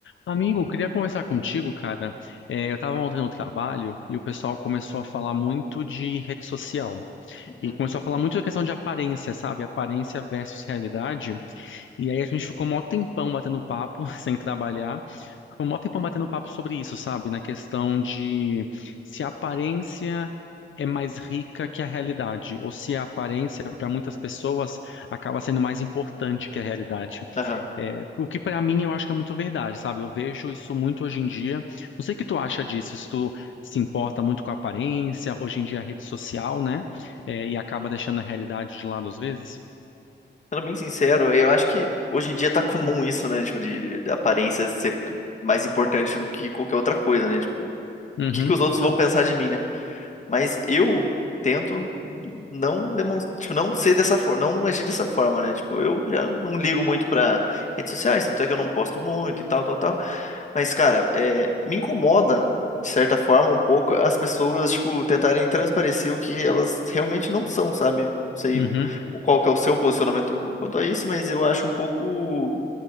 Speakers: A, on the left; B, on the left.
A: Amigo, queria conversar contigo, cara. É, eu estava ontem no trabalho e o pessoal começou a falar muito de rede social.
B: Uhum.
A: E começou a falar muito da questão de aparência, sabe? Aparência versus realidade. E aí a gente ficou mó tempão batendo papo, <laughs> sem trabalhar. Ficou mó tempão batendo papo sobre isso, sabe? Na questão de se a aparência é mais rica que a realidade, ou se a aparência, para muitas pessoas, acaba sendo mais importante que a realidade.
B: Aham.
A: É, O que pra mim eu acho que é muito verdade, sabe? Eu vejo isso muito hoje em dia. Não sei o que tu acha disso, se tu se importa muito com a aparência, hoje em dia a rede social, né? É, e acaba deixando a realidade de lado às vezes.
B: Sendo bem sincero, eu acho que hoje em dia tá <laughs> comum isso, né? Tipo, de, de- da aparência ser mais importante do que qualquer outra coisa, né? Tipo,
A: Uhum,
B: o que que os outros vão pensar de mim, né? Mas eu tento não demonstrar, tipo, não ser dessa forma, não agir dessa forma, né? Tipo, eu já não ligo muito pra redes sociais, tanto é que eu não posto muito e tal, tal, tal. Mas, cara, é, me incomoda, de certa forma, um pouco as pessoas, tipo, tentarem transparecer o que elas realmente não são, sabe? Não sei
A: uhum,
B: o, o qual que é o seu posicionamento quanto a isso, mas eu acho um pouco,